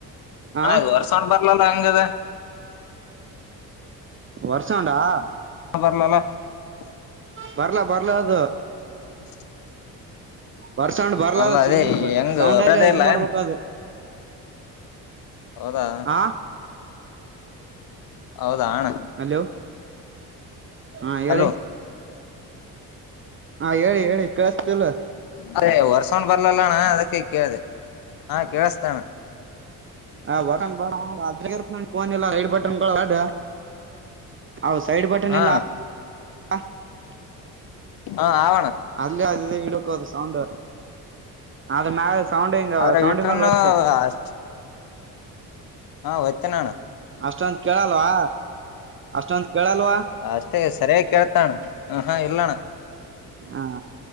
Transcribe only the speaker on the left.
ಅದು ವರ್ಷಾನ ಬರಲಲ್ಲ ಹೆಂಗ ಇದ.
ಬರ್ಲಲ್ಲ <unintelligible>
<unintelligible>
ಅಲ್ಲ
ಅದೇ ಹೆಂಗ
ಬರದೇ
ಇಲ್ಲ
ಏನ್
ಹೌದಾ.
ಹೌದಾ ಅಣ್ಣ.
ಹಲೋ
ಅದೇ ವರ್ಸೊಂಡ್ ಬರ್ಲಲ್ಲಣ್ಣ ಅದಕ್ಕೆ ಕೇಳ್ದ ಹಾ ಕೇಳಸ್ತಣ.
ಹಾ
ಹಾ ಅವ.
ಅದ್ರಾಗ
ಇಟ್ರನು
ಅಷ್ಟ ಹಾ ಒತ್ತನ ಅಣ್ಣ.
ಅಷ್ಟೇ ಸರಿಯಾಗಿ ಕೇಳ್ತಣ್ಣ ಹ ಹಾ ಇಲ್ಲಣ್ಣ.